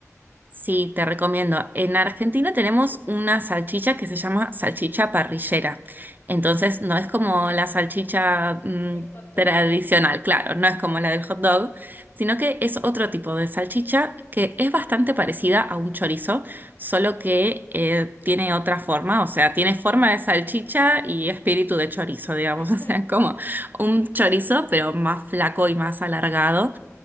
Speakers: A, on the right; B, on the left.
A: Sí, te recomiendo. En Argentina tenemos una salchicha que se llama salchicha parrillera. Entonces, no es como la salchicha mm,
B: Del hot
A: tradicional,
B: dog.
A: claro, no es como
B: Neces
A: la del hot
B: ah,
A: dog, sino que es otro tipo de salchicha que es bastante parecida a un chorizo, solo que eh, tiene otra forma, o sea, tiene
B: Ajá.
A: forma de salchicha y espíritu de chorizo, digamos,
B: <laughs>
A: <laughs> o sea, es como un chorizo, pero más flaco y más alargado.